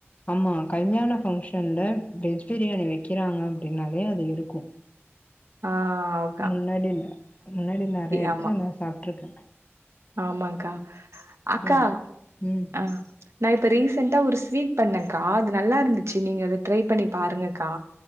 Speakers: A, on the left; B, on the right.
A: ஆமா கல்யாண ஃபங்க்ஷன்ல வெஜ் பிரியாணி வெக்கிறாங்க அப்படின்னாலே அது இருக்கும்
B: ஆ ஓ
A: முன்னாடில்ல முன்னாடி நெறைய எடத்துல
B: ஆமா
A: நா சாப்ட்ருக்கே
B: ஆமாக்கா அக்கா
A: இல்ல. ம்.
B: ஆ நா இப்ப ரீசெண்ட்டா ஒரு ஸ்வீட் பண்ணேக்கா அது நல்லா இருந்துச்சு நீங்க அது ட்ரை பண்ணி பாருங்கக்கா